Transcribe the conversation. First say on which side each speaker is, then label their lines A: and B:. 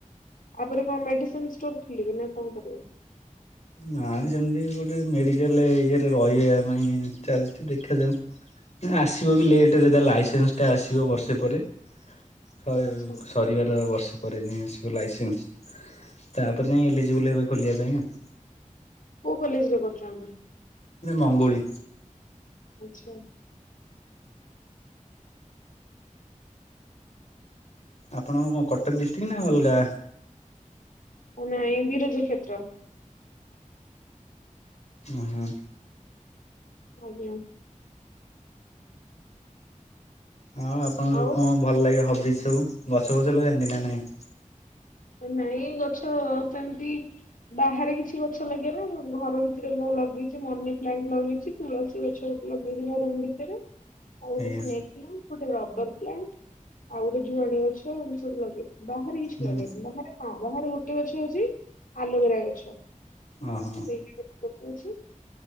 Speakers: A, on the left; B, on the left.
A: ଆ ପରେ କଣ ମେଡିସିନ ଷ୍ଟୋର ଖୋଲିବେ ନା କଣ କରିବେ?
B: ନାଇଁ ସେମିତି ଗୋଟେ ମେଡିକାଲ ଇଏରେ ରହିବା ପାଇଁ ଚାଲିଚି ଦେଖାଯାଉ। ଆସିବ ବି ଲେଟେରେ ତା ଲାଇସେନ୍ସ ଟା ଆସିବ ବର୍ଷେ ପରେ। ସ
A: ଆଚ୍ଛା ଆଚ୍ଛା,
B: ସରିବାର ବର୍ଷ ପରେ ଯାଇଁ ଆସିବ ଲାଇସେନ୍ସ। ତାପରେ ଯାଇଁ ଇଲିଜିବୁଲ୍ ହେବେ ଖୋଲିବା ପାଇଁ ଆଉ।
A: କୋଉ କଲେଜରେ କରୁଚନ୍ତି?
B: ମଙ୍ଗୁଳି।
A: ଆଚ୍ଛା।
B: ଆପଣଙ୍କ କଣ କଟକ ଡିଷ୍ଟ୍ରି ନା ଅଲଗା?
A: ନାଇଁ ବିରଜା କ୍ଷେତ୍ର।
B: ଉଁ ହୁଁ।
A: ଆଜ୍ଞା।
B: ଆଉ ଆପଣଙ୍କୁ ସବୁ
A: ଆଉ
B: କଣ ଭଲ ଲାଗେ ହବିଜି ସବୁ? ଗଛ ଫଛ ଲଗାନ୍ତି ନା ନାଇଁ?
A: ନାଇଁ ଗଛ ସେମତି ବାହାରେ କିଛି ଗଛ ଲଗେଇନି। ଘର ଭିତରେ ମୁଁ ଲଗେଇଚି ମନି ପ୍ଲାଣ୍ଟ ଲଗେଇଚି। ତୁଳସୀ ଗଛ ବି ଲଗେଇବି ମୋ ରୁମ୍ ଭିତରେ। ଆଉ ଗୋଟେ
B: ଆଜ୍ଞା
A: ସ୍ନେକ୍ ପ୍ଲାଣ୍ଟ ଗୋଟେ ରବର ପ୍ଲାଣ୍ଟ ଆଉ ଗୋଟେ ଯୁଆଣୀ ଗଛ ଏମିତି ସବୁ ଲଗେଇ ବାହାରେ କିଛି
B: ହୁଁ।
A: ଲଗେଇନି। ବାହାରେ ହଁ ବାହାରେ ଗୋଟେ ଗଛ ଅଛି। ଆଲୋଭେରା ଗଛ,
B: ଓହୋ
A: ସେଇଠି ଗୋଟେ ଗଛ।